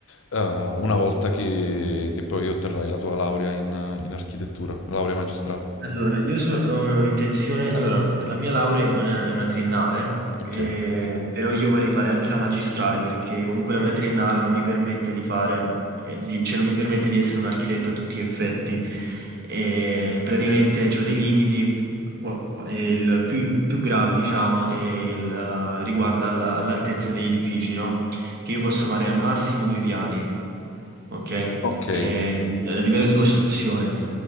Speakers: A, on the left; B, on the right.
A: eh, una volta che, che poi otterrai la tua laurea in, in architettura, laurea magistrale?
B: Allora, io so- ho intenzione, allora, la mia laurea è una, è una triennale,
A: Ok.
B: eh, però io vorrei fare anche la magistrale perché comunque la mia triennale non mi permette di fare, eh, di- cioè non mi permette di essere un architetto a tutti gli effetti. Eh, praticamente ho dei limiti, e il più, più grave, diciamo, è il, eh, riguarda alla- all'altezza degli edifici, no? Che io posso fare al massimo due piani. Ok,
A: Ok,
B: Eh, a livello di costruzione.